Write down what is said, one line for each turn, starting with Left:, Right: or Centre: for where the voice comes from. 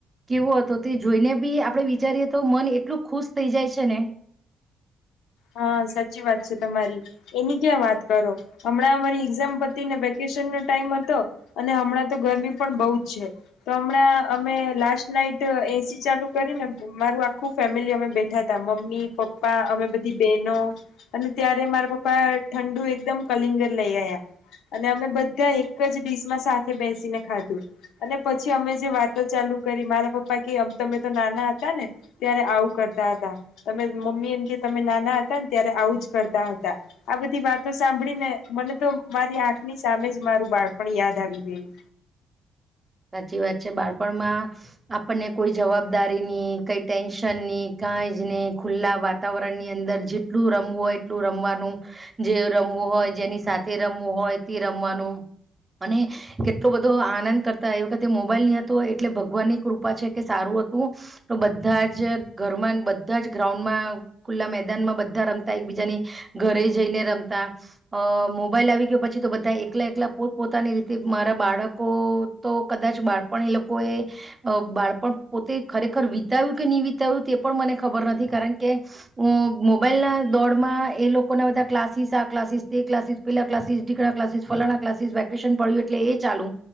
Right: કેવો હતો તે જોઈને બી આપડે વિચારીએ તો મન એટલું ખુશ થઈ જાય છે ને.
Left: હા સાચી વાત છે તમારી એની ક્યાં વાત કરો હમણાં અમારી એક્ઝામ પતી ને વેકેશન નો ટાઈમ હતો અને હમણાં તો ગરમી પણ બહુ જ છે તો હમણાં અમે લાસ્ટ નાઈટ એસી ચાલુ કરીને મારું આખું ફેમિલી અમે બેઠા ત મમ્મી પપ્પા અમે બ બેનો અને ત્યારે મારા પપ્પા ઠંડુ એકદમ કલિંગર લઈ આયા અને અમે બધા એક જ ડીશમાં સાથે બેસીને ખાધું અને પછી અમે જે વાતો ચાલુ કરી મારા પપ્પા કે તમે તો નાના હતા ને ત્યારે આવું કરતા હતા તમે મમ્મી એમ કે તમે નાના હતા ને ત્યારે આવુંજ કરતા હતા આ બધી વાતો સાંભળીને મને તો મારી આંખની સામે જ મારું બાળપણ યાદ આવી ગયું.
Right: સાચી વાત બાળપણમાં આપણને કોઈ જવાબદારીની કઈ ટેન્શનની કઈ જ નહી ખુલ્લા વાતાવરણની અંદર જેટલું રમવું હોય એટલું રમવાનું જે રમવું હોય જેની સાથે રમવું હોય તે રમવાનું અને કેટલો બધો આનંદ કર એ વખતે મોબાઈલ નહ હતો એટલે ભગવાન ની કૃપા છે કે સારું હતું તો બધા જ ઘરમાં બધા જ ગ્રાઉન્ડમાં ખુલ્લા મેદાનમાં બધા રમતા એક બીજાની ઘરે જઈને રમતા અ મોબાઈલ આવી ગયો પછી તો બધા એકલા એકલા પોત પોતાની રીતે મારા બાળકો તો કદાચ બાળપણ એ લોકોએ બાળપણ પોતે ખરેખર વિતાવ્યું કે ની વિતાવ્યું તે પણ મને ખબર નથી કારણ કે હું મોબાઈલના દોડમાં એ લોકોના બધા ક્લાસીસ આ ક્લાસીસ તે ક્લાસીસ પેલા ક્લાસીસ ઢીકડા ક્લાસીસ ફલાણા ક્લાસીસ વેકેશન પડ્યું એટલે એ ચાલુ.